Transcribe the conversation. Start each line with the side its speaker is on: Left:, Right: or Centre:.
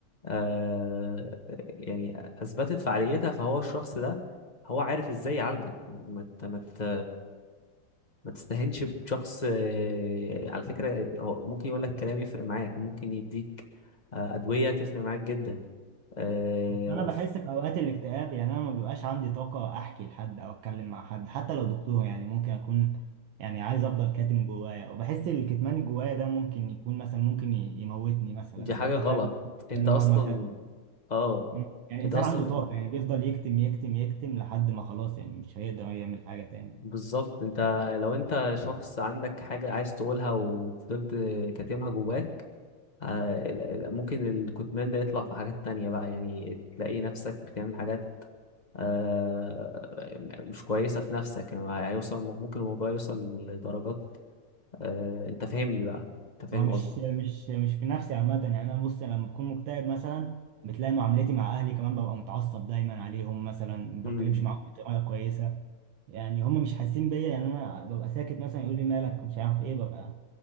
Left: آه يعني اثبتت فعاليتها فهو الشخص ده هو عارف ازاي يعالجك ما ت- ما ت- ما تستهينش بشخص آه، على فكرة هو ممكن يقول لك كلام يفرق معاك ممكن يديك آه، أدوية تفرق معاك جدا آه،
Right: انا بحس في اوقات الاكتئاب يعني انا ما بيبقاش عندي طاقه احكي لحد او اتكلم مع حد حتى لو دكتور يعني ممكن اكون يعني عايز افضل كاتم جوايا وبحس الكتمان اللي جوايا ده ممكن يكون مثلا ممكن ي- يموتني مثلا
Left: دي
Right: انت
Left: حاجة غلط
Right: فاهم
Left: انت
Right: كان
Left: اصلا
Right: مهما كان
Left: اه
Right: مم. يعني الانسان
Left: انت اصلا
Right: عنده طاقه يعني بيفضل يكتم يكتم يكتم لحد ما خلاص يعني مش هيقدر يعمل حاجه تاني
Left: بالظبط انت لو انت شخص عندك حاجة عايز تقولها وفضلت كاتمها جواك آه، ال- ال- ممكن الكتمان ده يطلع في حاجات تانية بقى يعني تلاقي نفسك بتعمل حاجات آه، مش كويسة في نفسك يعني هيوصل ممكن الموضوع يوصل لدرجات آه، انت فاهمني بقى انت فاهم
Right: هو مش مش مش في نفسي عامة يعني أنا بص لما بكون مكتئب مثلا بتلاقي معاملتي مع أهلي كمان ببقى متعصب دايما عليهم مثلا ما
Left: قصدي
Right: بتكلمش معاهم بطريقة كويسة يعني هم مش حاسين بيا يعني أنا ببقى ساكت مثلا يقول لي مالك مش عارف إيه ببقى